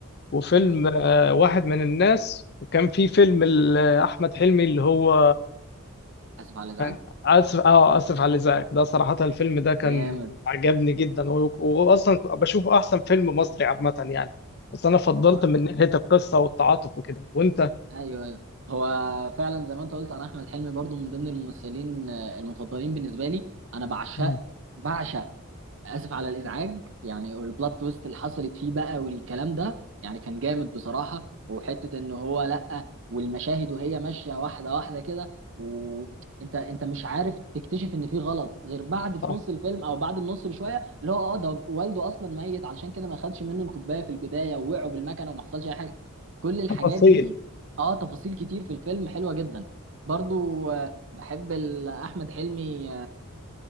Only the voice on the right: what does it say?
جامد
اسف على الازعاج
جامد
هو
ايوه ايوه هو فعلا زي ما انت قلت انا احمد حلمي برضو من ضمن الممثلين آه، المفضلين بالنسبه لي انا بعشق
بعشق اسف على الازعاج يعني البلوت تويست اللي حصلت فيه بقى والكلام ده يعني كان جامد بصراحه وحته ان هو لا والمشاهد وهي ماشيه واحده واحده كده وانت انت مش عارف تكتشف ان في غلط غير بعد في
نص الفيلم او بعد النص بشويه اللي هو اه ده والده اصلا ميت علشان كده ما خدش منه الكوبايه في البدايه ووقعوا بالمكنه وما حصلش اي حاجه كل
الحاجات دي اه تفاصيل كتير في الفيلم حلوه جدا برضو آه، بحب ال- احمد حلمي